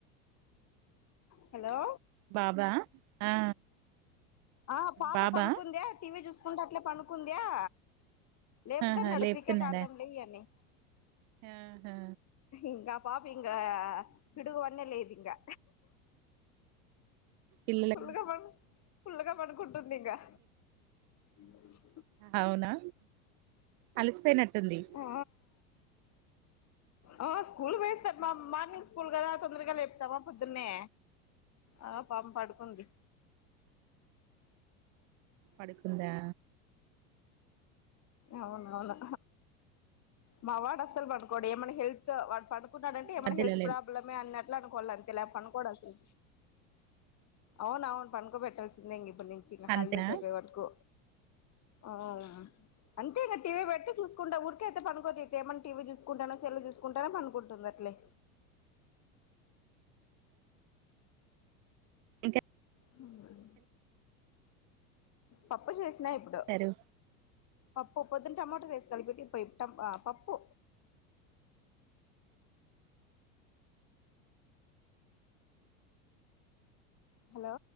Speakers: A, on the left (about 40°); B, on the right (about 45°).
A: హలో
B: బాబా ఆ
A: ఆ పాప
B: బాబా
A: పంనుకుంది. టీ వీ జూస్ కుంటు అట్లే పనుకుందయా లేపుతన్నడు
B: ఆహా లేపుతున్నాడా
A: క్రికెట్ ఆడుదాం లే అని
B: ఆహా
A: ఇంకా పాపింకా పిడుగుపన్న లేయదు ఇంగా
B: పిల్లల
A: ఫుల్ గా పం ఫుల్ గా పడుకుంటుంది ఇంగా <unintelligible>
B: అవునా అలిసిపోయినట్టుంది
A: ఆ ఆ స్కూల్ వేస్తారు మా మార్నింగ్ స్కూల్ కదా తొందరగా లేపుతావా పొద్దునే ఆ పాం పడుకుంది
B: పడుకుందా
A: అవునువును మావాడు అసల్ పాడుకోడు ఏమనే హెల్త్ వాడు పడుకున్నాడ అంటే ఏమన్నా
B: మధ్యలో
A: హెల్త్
B: లేం
A: ప్రాబ్లమే అన్న అట్లే అనుకోలా అంతే లేక పండుకోడు అస్సలు అవును అవును పనుకో పెట్టాల్సిందే ఇంగ ఇప్పటి నుంచి ఇంగ హాలిడేస్
B: అంతేనా
A: అయిపోయే వరకు ఆ అంతె ఇంగ టీవి పెడితె చుసుకుంటు ఊరికె అయితె పను కోది తే ఏమన్నా టీవీ చూసుకుంటానొ సెల్లు చూసుకుంటానొ పనుకుంటది అట్లే
B: ఇంకా
A: హ్మ్ పప్పు చేసి ఇంగా ఇప్పుడు
B: సారు
A: పప్పు పొద్దున టమాటో రైస్ కలిపింటి పోయిటం పప్పు హలో